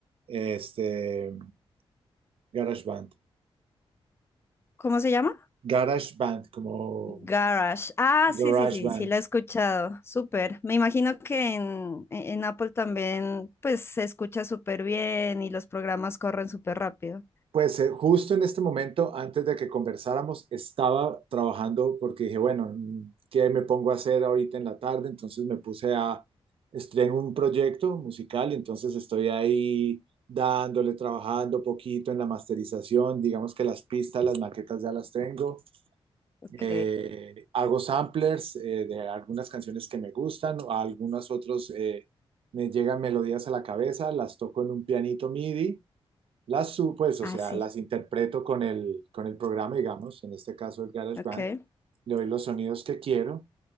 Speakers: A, on the right (about 65°); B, on the left (about 25°).
A: este, GarageBand.
B: ¿cómo se llama?
A: GarageBand, como
B: Garage. Ah, sí,
A: GarageBand.
B: sí, sí, sí, la he escuchado. Súper. Me imagino que en, e-, en Apple también, pues, se escucha súper bien y los programas corren súper rápido.
A: Pues eh, justo en este momento, antes de que conversáramos, estaba trabajando porque dije, bueno, ¿qué me pongo a hacer ahorita en la tarde? Entonces me puse a, estoy en un proyecto musical y entonces estoy ahí dándole, trabajando poquito en la masterización, digamos que las pistas, las maquetas ya las tengo,
B: Ok.
A: Eh, hago samplers eh, de algunas canciones que me gustan, a algunas otras eh, me llegan melodías a la cabeza, las toco en un pianito MIDI Las su- pues,
B: Ah,
A: o sea,
B: sí.
A: las interpreto con el, con el programa, digamos, en este caso el GarageBand,
B: Ok.
A: le doy los sonidos que quiero